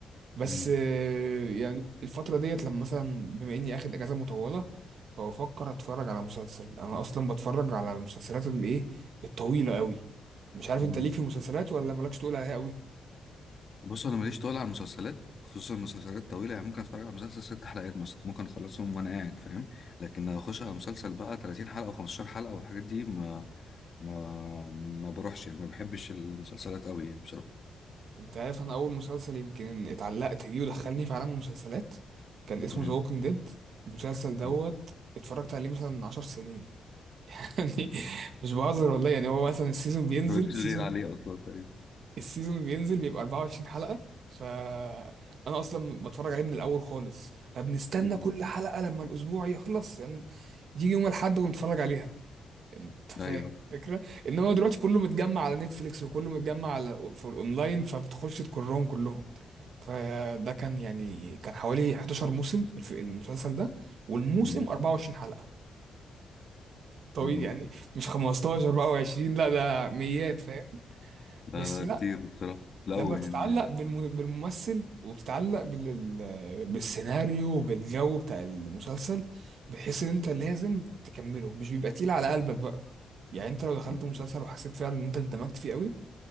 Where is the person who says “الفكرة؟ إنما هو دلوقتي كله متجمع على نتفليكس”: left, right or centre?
Right